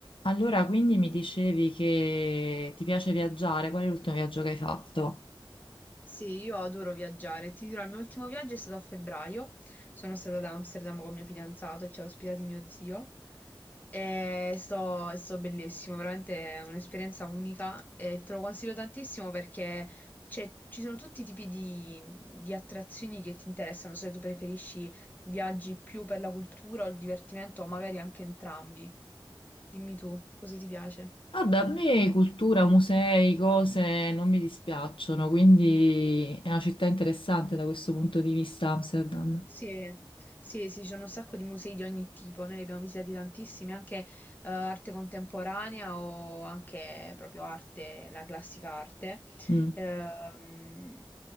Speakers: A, on the left (about 75°); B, on the left (about 20°).
A: Allora, quindi mi dicevi che ti piace viaggiare, qual è l'ultimo viaggio che hai fatto?
B: Sì, io adoro viaggiare. Ti dirò, il mio ultimo viaggio è stato a febbraio. Sono stata ad Amsterdam con mio fidanzato e ci ha ospitati mio zio. E è stato è stato bellissimo, veramente è un'esperienza unica e te lo consiglio tantissimo perché c'è- ci sono tutti i tipi di, di attrazioni che ti interessano, se tu preferisci viaggi più per la cultura o il divertimento, o magari anche entrambi. Dimmi tu, cosa ti piace?
A: Guarda, a me cultura, musei, cose non mi dispiacciono, quindi è una città interessante da questo punto di vista, Amsterdam.
B: Sì, sì, sì, ci sono un sacco di musei di ogni tipo, noi ne abbiamo visitati tantissimi, anche eh, arte contemporanea o anche proprio arte, la classica arte.
A: Mm,
B: Ehm,